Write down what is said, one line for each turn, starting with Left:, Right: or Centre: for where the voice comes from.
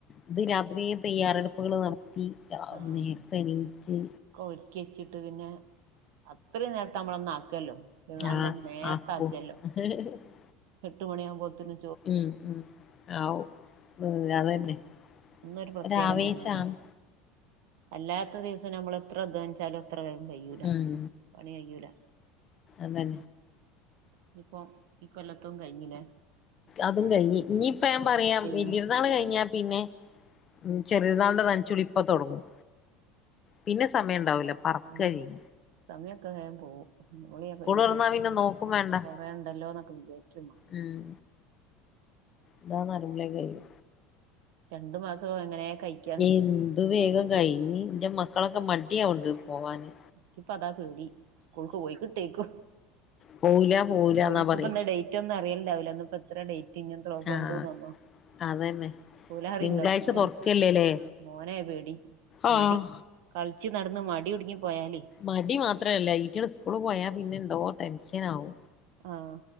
Left: ഇത് രാത്രി തയ്യാറെടുപ്പുകൾ നടത്തി
Right: ആഹ്
Left: നേരത്തെ എണിയിച്ച്
Right: ഒക്കെ ഒരുക്കിച്ചിട്ട് പിന്നെ അത്രയും നേരത്തെ അമ്മള് അന്ന് ആക്കല്ലോ പെരുന്നാള്ൻ്റെ
Left: ആഹ്
Right: അന്ന് നേരത്തെ
Left: ആക്കും
Right: ആക്കല്ലോ
Left: <unintelligible>
Right: എട്ടുണയാ ബോത്തിന്
Left: ഉം ഉം ആവും ഉം അതന്നെ
Right: അന്നരു പ്രത്യേകം
Left: ഒരാവേശാണ്
Right: തന്നെല്ലേ അല്ലാത്ത ദിവസം നമ്മള് എത്ര അധ്വാനിച്ചാലും അത്ര വേഗം കഴൂല
Left: ഉം
Right: പണി കഴൂല
Left: അതന്നെ
Right: ഞ്ഞിപ്പം ഇ കൊല്ലത്തും കഴിഞ്ഞിലെ
Left: അതും കഴിഞ്ഞ് ഇഞ്ഞിപ്പ ഞാൻ പറയാം വല്യയൊരുന്നാള്
Right: ചെയ്യണം
Left: കഴിഞ്ഞാ പിന്നെ ഉം ചെറിയർന്നാൽൻ്റെ നനച്ചുളി ഇപ്പൊ തൊടങ്ങും പിന്നെ സമയം ണ്ടാവൂല പറക്കാ
Right: ഉം
Left: ചെയ്യ
Right: സമയൊക്കെ വേംപോവും <unintelligible>
Left: തുറന്നാ പിന്നെ നോക്കും വേണ്ട
Right: കൊറേണ്ടല്ലോ ന്നൊക്കെ വിചാരിക്കും അമ്മള്
Left: ഉം ഇതാ ന്നറിമ്പളേക്ക് കഴിയും
Right: രണ്ടു മാസം എങ്ങനെ കഴിക്ക
Left: എന്തു വേഗം കഴിഞ് ഇന്റെ മക്കളൊക്കെ മടിയാവ്ണ്ട് പോവാന്
Right: ക്കിപ്പ അതാ പേടി സ്കൂൾക്ക് പോയി കിട്ടേക്കു
Left: പോവൂല പോവൂലന്നാ
Right: ഓല്ക്ക്
Left: പറയണ്
Right: ഇപ്പന്ന് ഡേറ്റ് ഒന്നും അറിയൽണ്ടാവൂലാ ഇന്ന് ഇപ്പോ എത്ര ഡേറ് റ്റ് ഇഞ്ഞി എത്രോസം
Left: ആഹ്
Right: ഇണ്ട്‌ന്നൊന്നും
Left: അതന്നെ
Right: പൂലാഹറി
Left: തിങ്കളാഴ്ച
Right: ഉണ്ടോ ഇവിടെ
Left: തുറക്കല്ലേല്ലേ
Right: മോനയ പേടി
Left: ആഹ്
Right: മടി കളിച്ച് നടന്ന് മടിടുങ്ങിപ്പോയാലേ
Left: മടി മാത്രല്ല ഈറ്റെള് സ്കൂള് പോയാൽ പിന്നെ ഇന്തോ ടെൻഷൻ ആവോ
Right: ആഹ്